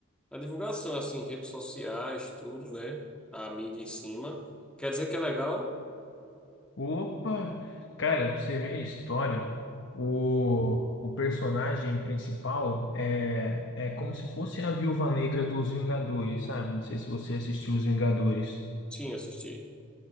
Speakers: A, in the centre; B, on the left.
A: a divulgação, assim, redes sociais, tudo, né? A mídia em cima. Quer dizer que é legal?
B: Opa! Cara, pra você ver a história, o, o personagem principal é, é como se fosse a Viúva Negra dos Vingadores, sabe? Não sei se você assistiu Os Vingadores.
A: Sim, assisti.